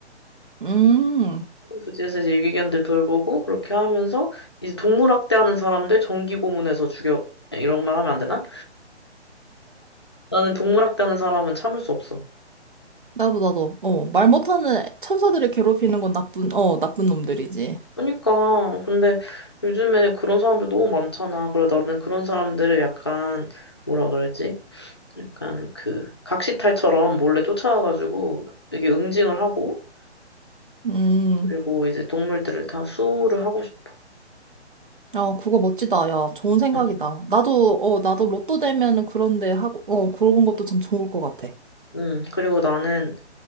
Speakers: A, on the right (about 50°); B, on the left (about 25°).
A: 음.
B: 부지에서 이제 유기견들 돌보고 그렇게 하면서 이제 동물학대하는 사람들 전기 고문해서 죽여 예, 이런 말 하면 안 되나? 나는 동물학대하는 사람은 참을 수 없어.
A: 나도, 나도. 어, 말 못하는 천사들을 괴롭히는 건 나쁜, 어, 나쁜 놈들이지.
B: 그러니까 근데 요즘에 그런 사람들 너무 많잖아. 그래 나는 그런 사람들을 약간 뭐라 그러지? 약간 그 각시탈처럼 몰래 쫓아와가지고 이게 응징을 하고
A: 음,
B: 그리고 이제 동물들을 다 수호를 하고 싶어.
A: 야, 그거 멋지다. 야, 좋은 생각이다.
B: <laughs>
A: 나도, 어, 나도 로또 되면은 그런데 하고, 어, 그런 것도 참 좋을 것 같아.
B: 음, 그리고 나는